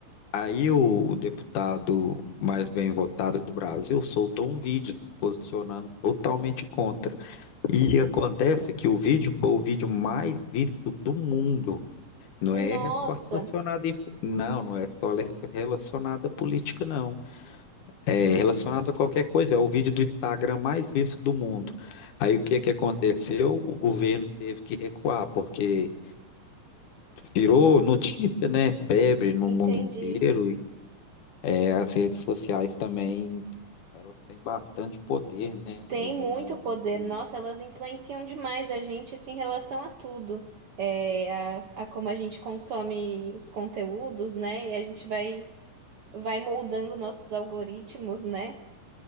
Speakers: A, on the left (about 65°); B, on the right (about 65°).
A: Aí o, o deputado mais bem votado do Brasil soltou um vídeo se posicionando totalmente contra. E acontece que o vídeo foi o vídeo mais visto do mundo. Não é
B: Nossa,
A: só relacionado em... Não, não é só le- relacionado à política, não. É relacionado a qualquer coisa. É o vídeo do Instagram mais visto do mundo. Aí o que é que aconteceu? O governo teve que recuar, porque Virou notícia, né? Febre no
B: entendi.
A: mundo inteiro. E, É, as redes sociais também, elas têm bastante poder, né?
B: Tem
A: Aí
B: muito
A: na,
B: poder.
A: na política.
B: Nossa, elas influenciam demais a gente assim, em relação a tudo. É, a, a como a gente consome os conteúdos, né? E a gente vai, vai moldando nossos algoritmos, né?